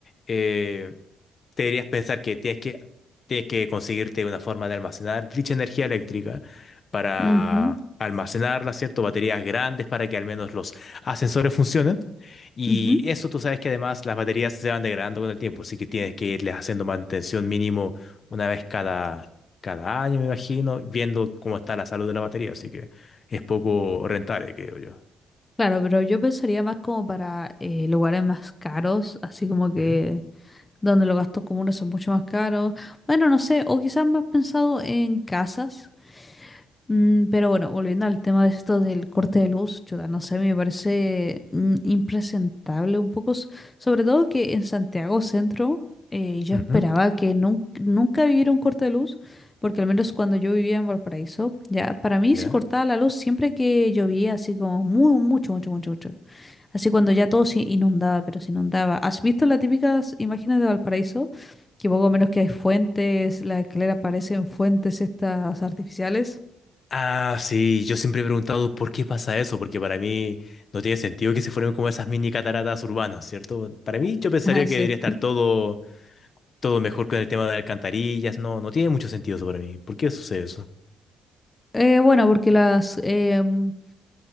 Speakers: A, on the left (about 45°); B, on the left (about 20°).
A: eh, deberías pensar que tienes que, tienes que conseguirte una forma de almacenar dicha energía eléctrica para
B: ujú,
A: almacenarla, ¿cierto? Baterías grandes para que al menos los ascensores funcionen. Y
B: ujú.
A: eso tú sabes que además las baterías se van degradando con el tiempo, así que tienes que irles haciendo mantención mínimo una vez cada, cada año, me imagino, viendo cómo está la salud de la batería, así que es poco rentable, creo yo.
B: Claro, pero yo pensaría más como para eh, lugares más caros, así como que
A: Ujú,
B: donde los gastos comunes son mucho más caros. Bueno, no sé, o quizás más pensado en casas Mm, pero bueno, volviendo al tema de esto del corte de luz, chuta, no sé, me parece mm, impresentable un poco, s- sobre todo que en Santiago Centro eh, yo
A: ujú,
B: esperaba
A: ujú.
B: que nun- nunca viviera un corte de luz, porque al menos cuando yo vivía en Valparaíso, ya para mí
A: ¿Ya?
B: se cortaba la luz siempre que llovía, así como muy, mucho, mucho, mucho, mucho. Así cuando ya todo se inundaba, pero se inundaba. ¿Has visto las típicas imágenes de Valparaíso? Que poco menos que hay fuentes, las escaleras parecen fuentes estas artificiales.
A: Ah, sí, yo siempre he preguntado por qué pasa eso, porque para mí no tiene sentido que se formen como esas mini cataratas urbanas, ¿cierto? Para mí yo pensaría
B: <laughs> Sí.
A: que debería estar todo, todo mejor con el tema de alcantarillas, no, no tiene mucho sentido eso para mí. ¿Por qué sucede eso?
B: Eh, bueno, porque las... em,